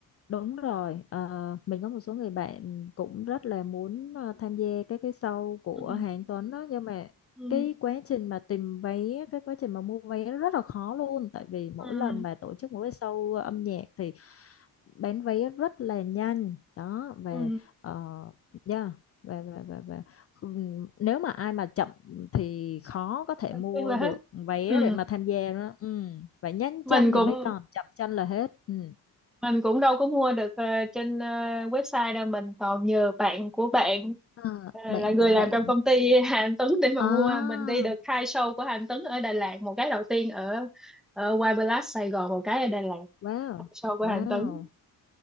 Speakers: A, on the left (about 40°); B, in the centre.
A: Đúng rồi, ờ, mình có một số người bạn cũng rất là muốn ờ, tham gia các cái show của
B: ừ
A: Hà Anh Tuấn đó nhưng mà
B: ừ
A: cái quá trình mà tìm vé, cái quá trình mà mua vé nó rất là khó luôn tại vì mỗi
B: ừ
A: lần mà tổ chức một cái show âm nhạc thì bán vé rất là nhanh đó về
B: ừ
A: uh, yeah, về về về về Ừm, nếu mà ai mà chậm thì khó có thể
B: Anh
A: mua
B: biết là
A: được
B: hết
A: vé
B: ừ
A: để mà tham gia đó. Ừ, phải nhanh
B: mình
A: chân
B: cũng
A: thì mới còn chậm chân là hết. Ừ.
B: mình cũng đâu có mua được ờ, trên ờ, website đâu mình còn nhờ bạn của bạn
A: À,
B: ờ,
A: bạn
B: là người
A: của bạn.
B: làm trong công ty <laughs> Hà Anh Tuấn để mà
A: À,
B: mua mình đi được hai show của Hà Anh Tuấn ở Đà Lạt một cái đầu tiên ở ở White Palace Sài Gòn một cái ở Đà Lạt
A: wow,
B: hai show của
A: wow,
B: Hà Anh Tuấn